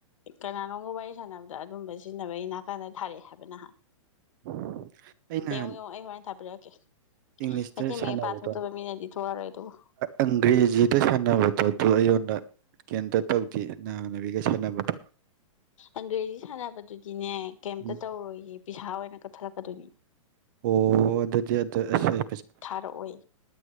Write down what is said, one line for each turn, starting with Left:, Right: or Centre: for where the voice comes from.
Left: ꯀꯅꯥꯅꯣꯝꯒ ꯋꯥꯔꯤ ꯁꯥꯟꯅꯕꯗ ꯑꯗꯨꯝꯕ ꯁꯤꯖꯤꯟꯅꯕꯒꯤ ꯅꯥꯀꯥꯟꯗ ꯊꯥꯔꯛꯑꯦ ꯍꯥꯏꯕ ꯅꯍꯥꯟ꯫
Right: <inaudible> ꯑꯩ ꯅꯍꯥꯟ
Left: ꯌꯦꯡꯉꯣ ꯌꯦꯡꯉꯣ ꯑꯩ ꯍꯣꯔꯦꯟ ꯊꯥꯕꯤꯔꯛꯀꯦ
Right: ꯏꯡꯂꯤꯁꯇ
Left: ꯃꯩꯇꯩ ꯃꯌꯦꯛ
Right: ꯁꯥꯟꯅꯕꯗꯣ
Left: ꯄꯥꯊꯣꯛꯇꯕ ꯃꯤꯅꯗꯤ ꯊꯣꯛꯑꯔꯣꯏ ꯑꯗꯨꯕꯨ
Right: ꯑꯡꯒ꯭ꯔꯦꯖꯤꯗ ꯁꯥꯟꯅꯕꯗꯣ ꯑꯗꯨ ꯑꯩꯉꯣꯟꯗ ꯀꯩꯝꯇ ꯇꯧꯗꯦ ꯅꯥꯥꯍꯥꯟ ꯅꯕꯤꯒ ꯁꯥꯟꯅꯕꯗꯣ꯫
Left: ꯑꯡꯒ꯭ꯔꯦꯖꯤ ꯁꯥꯟꯅꯕꯗꯨꯗꯤꯅꯦ ꯀꯩꯝꯇ
Right: ꯎꯝ
Left: ꯇꯧꯔꯣꯏꯌꯦ ꯄꯩꯁꯥ ꯑꯣꯏ ꯅ ꯀꯊꯂꯀꯗꯣꯏꯅꯤ
Right: ꯑꯣ ꯑꯗꯨꯗꯤ ꯑꯗꯨꯁꯣꯏ
Left: ꯊꯥꯔꯛꯑꯣꯏ